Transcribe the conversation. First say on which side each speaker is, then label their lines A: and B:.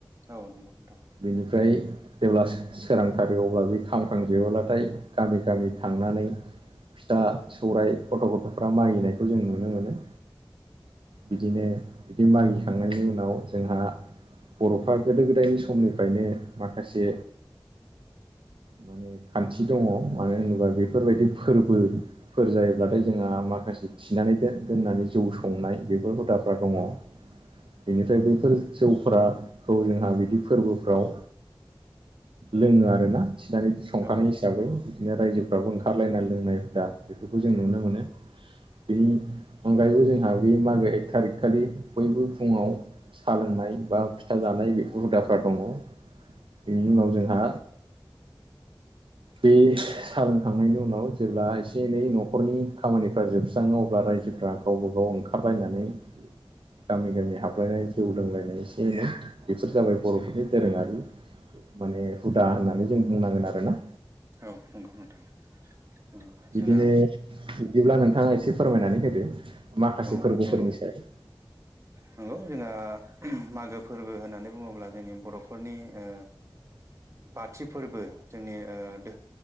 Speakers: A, on the right (about 30°); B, on the right (about 70°).
A: औ नंगौ नोंथां
B: बिनिफ्राय जेब्ला सोरांथारो अब्ला बे खामखांजोबोब्लाथाय गामि गामि थांनानै फिथा सौराय गथ' गथ'फ्रा मागिनायखौ जों नुनो मोनो। बिदिनो बिदि मागिखांनायनि उनाव जोंहा बर'फ्रा गोदो गोदायनि समनिफ्रायनो माखासे माने खान्थि दङ मानो होनोबा बेफोरबायदि फोरबो फोर जायोब्लाथाय जोंहा माखासे थिनानै दोननानै जौ संनाय बेफोर हुदाफ्रा दङ।
A: औ
B: बिनिफ्राय बैफोर जौफोराखौ जोंहा बिदि फोरबोफ्राव लोङो आरो ना थिनानै संखानाय
A: औ
B: हिसाबै बिदिनो रायजोफ्राबो
A: नंगौ
B: ओंखारलायनाय लोंनाय हुदा बेफोरखौ जों नुनो मोनो। बेनि अनगायैबो जोंहा बे मागो एक थारिकखालि बयबो फुङाव साहा लोंनाय बा फिथा जानाय बेफोर हुदाफ्रा दङ। बेनि उनाव जोंहा बे सा लोंखांनायनि उनाव जेब्ला एसे एनै न'खरनि खामानिफ्रा जोबस्राङो अब्ला रायजोफ्रा गावबा गाव ओंखारलायनानै गामि गामि हाबलायनाय जौ लोंलायनाय एसे एनै बेफोर जाबाय बर'फोरनि दोरोङारि माने हुदा होननानै जों बुंनांगोन आरो ना।
A: औ नंगौ नोंथां ओ जोंहा
B: बिदिनो बिदिब्ला नोंथाङा एसे फोरमायनानै होदो माखासे
A: औ
B: फोरबोफोरनि
A: नंगौ
B: सायाव।
A: नंगौ जोंहा मागो फोरबो होननानै बुङोब्ला जोंनि बर'फोरनि ओ बाथि फोरबो जोंनि ओ दो